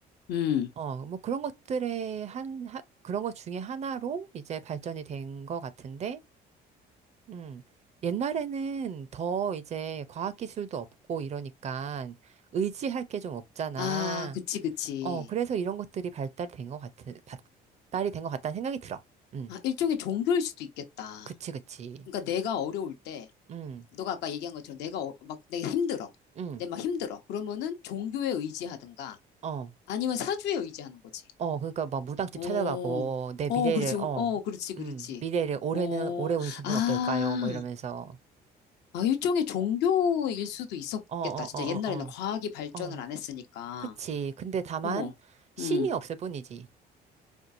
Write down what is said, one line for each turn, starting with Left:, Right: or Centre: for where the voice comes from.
Left: 음.
Right: 어, 뭐 그런 것들의 한, 하- 그런 것 중에 하나로 이제 발전이 된 것 같은데, 음, 옛날에는 더 이제 과학기술도 없고 이러니까 의지할 게 좀 없잖아.
Left: 아, 그치, 그치.
Right: 어, 그래서 이런 것들이 발달이 된 것 같은, 발달이 된 것 같다는 생각이 들어. 음,
Left: 아, 일종의 종교일 수도 있겠다.
Right: 그치, 그치.
Left: 그러니까 내가 어려울 때,
Right: 음,
Left: 너가 아까 얘기한 것처럼 내가 어- 막, 내가 힘들어.
Right: 음,
Left: 내가 막 힘들어. 그러면은 종교에 의지하든가,
Right: 어.
Left: 아니면 사주에 의지하는 거지.
Right: 어, 그러니까 막 무당집
Left: 어,
Right: 찾아가고 내
Left: 어,
Right: 미래를
Left: 그렇지,
Right: 어,
Left: 어, 그렇지, 그렇지.
Right: 음, 미래를 올해는
Left: 어,
Right: 올해 운수는
Left: 아,
Right: 어떨까요? 뭐 이러면서
Left: 아, 일종의 종교일 수도 있었겠다.
Right: 어, 어,
Left: 진짜
Right: 어,
Left: 옛날에는
Right: 어,
Left: 과학이 발전을
Right: 어, 어,
Left: 안 했으니까.
Right: 그치. 근데 다만
Left: 어머,
Right: 신이
Left: 음,
Right: 없을 뿐이지.